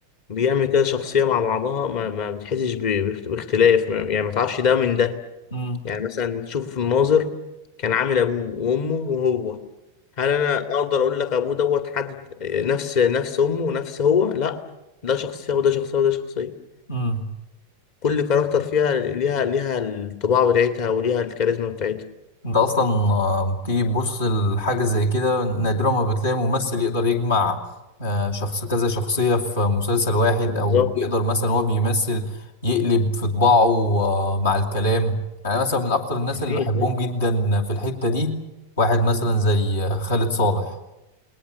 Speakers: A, on the left; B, on the left.
A: بيعمل كده شخصية مع بعضها ما, ما بتحسش ب- باخت- باختلاف ما- يعني ما تعرفش ده من ده
B: امم
A: يعني مثلا شوف المناظر كان عامل ابوه وامه وهو هل انا اقدر اقول لك ابوه دوت حد نفس نفس امه ونفس هو لا ده شخصيه وده شخصيه وده شخصيه
B: امم
A: كل كاركتر فيها ليها ليها الطباع بتاعتها وليها الكاريزما بتاعتها
B: انت اصلا آه، تيجي تبص لحاجه زي كده نادرا ما بتلاقي ممثل يقدر يجمع آه، شخص كذا شخصيه في مسلسل واحد
A: بالظبط
B: او يقدر مثلا هو بيمثل يقلب في طباعه آه، مع الكلام يعني مثلا من اكتر الناس
A: مفيش
B: اللي بحبهم
A: لا.
B: جدا في الحته دي واحد مثلا زي آه، خالد صالح